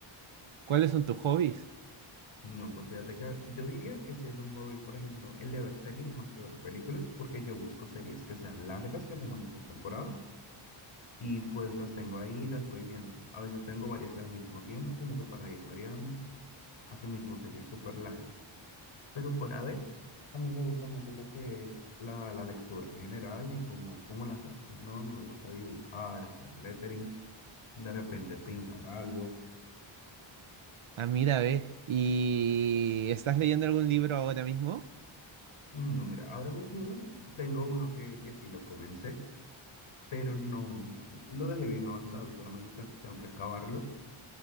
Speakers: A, on the right; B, on the left.
A: ¿Cuáles son tus hobbies?
B: No, pues fíjate que yo diría que si es un hobby, por ejemplo, el de ver series más que ver películas, porque yo busco series que sean largas, que tengan muchas temporadas, y pues las tengo ahí y las voy viendo. A veces tengo varias al mismo tiempo, como que para ir variando. Asimismo, series súper largas. Pero fuera de, a mí me gusta mucho lo que es la, la lectura en general y como, como las artes, ¿no? A mí me gusta dibujar, hacer lettering, de repente pintar algo.
A: Ah, mira, ve, ¿y estás leyendo algún libro ahora mismo?
B: Mm, No, mira, ahora mismo no, tengo uno que, que sí lo comencé, pero no, lo dejé bien avanzado, solamente te- tengo que acabarlo,